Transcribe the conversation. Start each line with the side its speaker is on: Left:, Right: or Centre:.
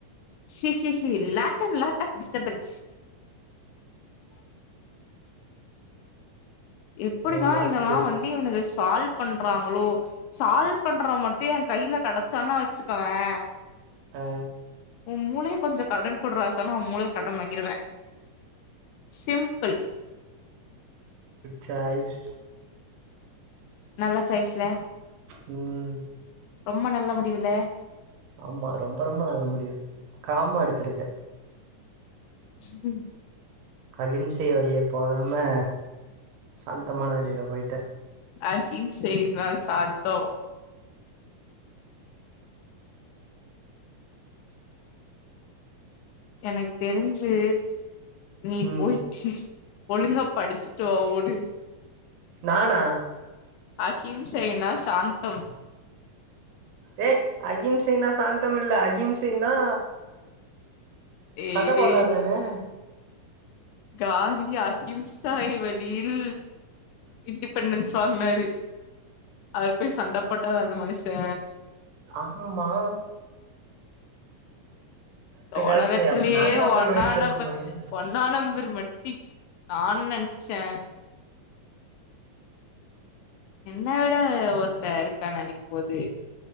Left: சி சி சி லாப்டாப் லாப்டாப் டிஸ்டப்பன்ஸ் எப்டிதா
Right: எ வாட்
Left: இதெல்லா
Right: டிஸ்
Left: வந்து இவுனுங்க சால்வ் பண்றாங்ளோ சால்வ் பண்றவ மட்டு ஏ கைல கெடச்சான் வச்சுக்கவே
Right: ஆ
Left: ஊ மூளைய கொஞ்ச கடன் குடுறாசானு உ மூளைய கடன் வாங்கிருவே சிம்பிள்
Right: சாய்ஸ்
Left: நல்ல சாய்ஸ் இல்ல
Right: ம்
Left: ரொம்ப நல்ல முடிவுல‌
Right: ஆமா ரொம்ப ரொம்ப நல்ல முடிவு காமா எடுத்திருக்க
Left: ம்
Right: அகிம்சை வழிய போகாம சாந்தமான வழியில பொயிட்ட
Left: அகிம்சை தா சாந்தோ எனக்கு தெரிஞ்சி நீ
Right: ம்
Left: போய் ஒழுங்கா படிச்சிட்டு வா ஓடு
Right: நானா
Left: அகிம்சைனா சாந்தம்
Right: ஏ அகிம்சைனா சாந்தம் இல்ல அகிம்சைனா
Left: டேய்
Right: சண்ட
Left: டேய்
Right: போட்றது தான
Left: காந்தி அகிம்சாயி வழியில் இண்டிபெண்டன்ஸ் வாங்கனாரு அவரு போயி சண்ட போட்டாரா அந்த மனுஷே
Right: ஆம்மா
Left: ஒலகத்தலயே
Right: கரெக்ட் அப்ப நான் தான்
Left: ஒன்னா
Right: போய் படிச்சுட்டு
Left: நம்பர்
Right: வந்தேன் போலயே
Left: ஒண்ண நம்பர் மட்டி தா நெனச்சே என்ன விட ஒருத்த இருக்கான்னு நெனைக்கு போது